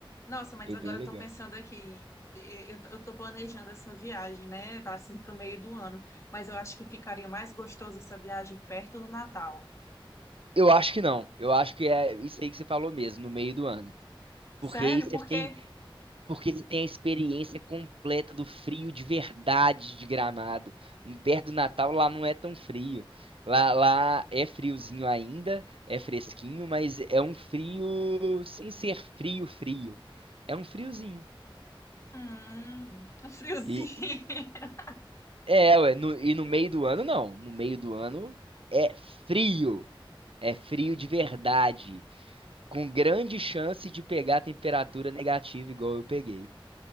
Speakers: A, on the left; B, on the right.
A: Nossa, mas
B: Foi
A: agora
B: bem
A: eu
B: legal.
A: tô pensando aqui, eu, eu tô planejando essa viagem, né, pra, assim pro meio do ano, mas eu acho que ficaria mais gostoso essa viagem perto do Natal.
B: Eu acho que não. Eu acho que é isso aí que você falou mesmo, no meio do ano. Porque
A: Sério?
B: aí você
A: Porque,
B: tem Porque você tem a experiência completa do frio de verdade de Gramado. Perto do Natal lá não é tão frio. Lá, lá é friozinho ainda, é fresquinho, mas é um frio sem ser frio, frio. É um friozinho.
A: hum, um friozinho.
B: E
A: <laughs>
B: é, ué, no- e no meio do ano não. No meio do ano é frio. É frio de verdade, com grande chance de pegar a temperatura negativa igual eu peguei.